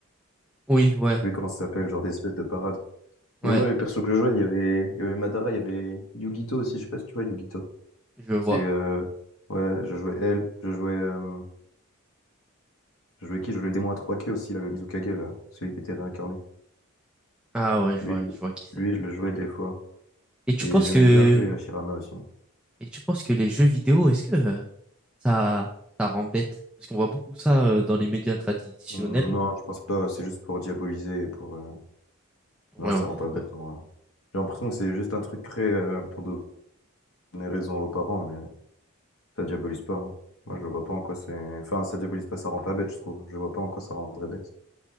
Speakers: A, in the centre; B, on the left (about 75°).
A: Oui, ouais,
B: Je sais plus comment ça s'appelle, genre des espèces de parades. Mais
A: ouais,
B: moi, les persos que je jouais, il y avait, il y avait Madara, il y avait Yugito aussi, je sais pas si tu vois Yugito.
A: je vois.
B: C'est, euh, ouais, je jouais elle, je jouais, euh, je jouais qui? Je jouais le démon à trois queues aussi, là, le Mizukage, là, celui qui était réincarné.
A: Ah ouais, je
B: Lui,
A: vois,
B: je, le-
A: je vois qui c'est.
B: lui, je le jouais des fois.
A: Et tu
B: Et
A: penses
B: j'aimais
A: que,
B: bien jouer à Shirama aussi.
A: et tu penses que les jeux vidéo, est-ce que euh, ça, ça rend bête? Parce qu'on voit beaucoup ça euh, dans les médias traditionnels.
B: Hum, Non, je pense pas, c'est juste pour diaboliser et pour, euh,
A: Ouais,
B: Non, ça
A: on
B: rend
A: est d'accord.
B: pas bête, en vrai. J'ai l'impression que c'est juste un truc créé euh, pour donner raison aux parents, mais ça diabolise pas. hein. Moi, je vois pas en quoi c'est... Enfin, ça diabolise pas, ça rend pas bête, je trouve. Je vois pas en quoi ça rendrait bête.